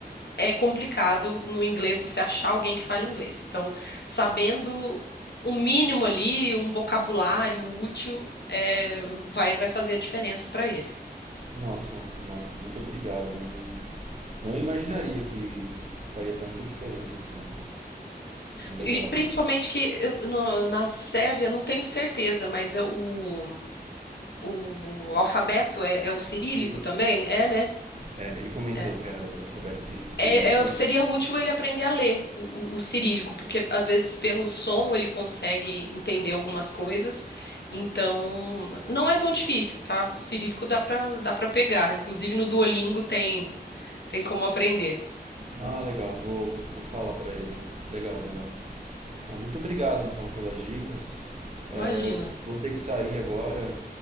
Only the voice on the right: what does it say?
nossa, nossa, muito obrigado. Eu não, não imaginaria que faria tanta diferença assim. Legal.
Siri.
É, ele comentou
que era o alfabeto ci- cirílico.
Ah, legal. Vou, vou falar para ele. Legal,
legal. Ah, muito obrigado então pelas dicas. É,
eu vou ter que sair agora.